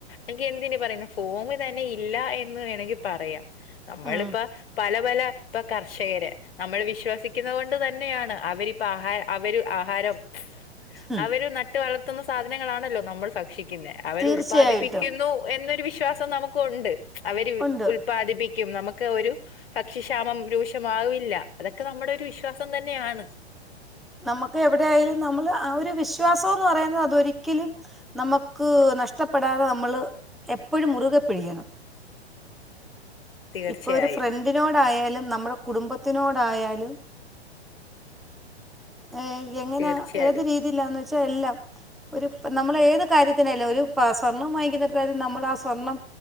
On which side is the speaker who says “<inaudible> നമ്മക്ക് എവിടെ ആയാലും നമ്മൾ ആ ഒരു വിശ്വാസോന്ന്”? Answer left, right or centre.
Centre